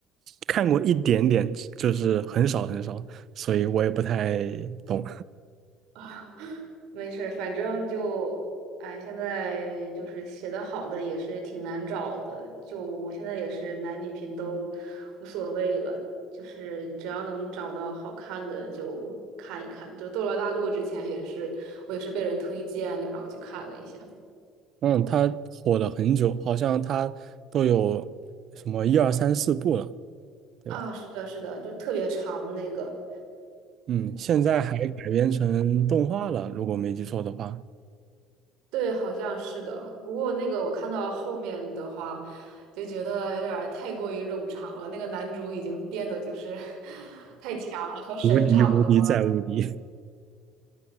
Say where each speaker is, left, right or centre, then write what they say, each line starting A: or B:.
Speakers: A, on the right; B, on the right.
A: 看过一点点，就是很少很少，所以我也不太懂。
B: <laughs> 没事儿，反正就，哎，现在就是写的好的也是挺难找的，就我现在也是男女频都无所谓了，就是只要能找到好看的就看一看。就《斗罗大陆》之前也是我也是被人推荐的，然后去看了一下。
A: <laughs> 嗯，它火了很久，好像它都有什么一二三四部了，对吧？
B: 啊，是的，是的，就特别长那个，
A: 嗯，现在还改编成动画了，如果没记错的话，
B: 对，好像是的。不过那个我看到后面的话，就觉得有点儿太过于冗长了。那个男主已经变得就是 <laughs> 太强了，和神差不多，
A: 无敌无敌再无敌。